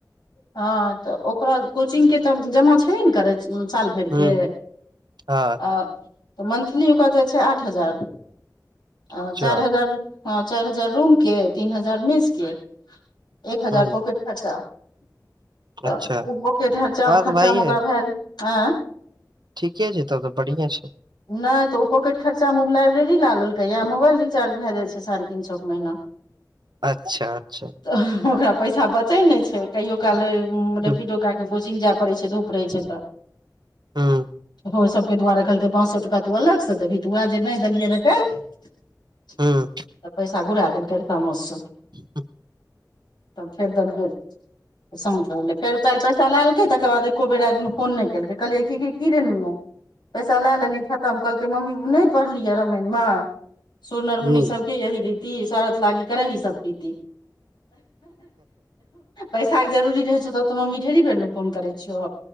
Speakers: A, on the left; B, on the right.
A: हँ तऽ ओकरा कोचिंग के तऽ जमा छेबे न करे साल भरि
B: हूं
A: के
B: हूं हँ
A: आ तऽ मंथली ओकर जाइ छै आठ हजार आ
B: अच्छा
A: चारि हजार हँ चारि हजार रूम के तीन हजार मेस के एक हजार
B: हूं
A: पॉकेट खर्चा त
B: अच्छा
A: उ के खर्चा
B: हँ
A: खर्चा
B: तऽ भाइये
A: मे ओकरा भेल अँ
B: ठीके छै तबतऽ बढ़िया छै
A: नहि तऽ ओ पॉकेट खर्चामे लाइब्रेरी ल लेलकै य मोबाइल रिचार्ज भए जा छै साढ़े तीन सए के महीना <inaudible>
B: अच्छा अच्छा
A: त ओकरा पैसा बचै नहि छै कहियो काल रेपिडो
B: हूं
A: कए क कोचिंगग जाय पड़ै छै धूप रहै छै तऽ <inaudible>
B: हूँ
A: ओहे सबके दुआरे कहलकै पाँच सए टका तू अलग से देबही तऽ उएह जे नहि देलियै ने काल त
B: हूं
A: पैसा घुरा देलकै तामस सँ
B: ह
A: तब फेर तनिको शांत रहलै फेर दे चलालकै तकर बाद एको बेर राति मे फोन नहि केलकै कहलियै की रे नुनु चलालेही खतम कहलकै मम्मी नहि पढ़लियय रामायण मे सुरनर
B: हूं
A: मुनि सब यही रीति स्वारथ लागी करै ह सब प्रीति पैसा के जरुररी रहै छौ तब तऽ मम्मी ढेरी बेर ने फोन करै छियौ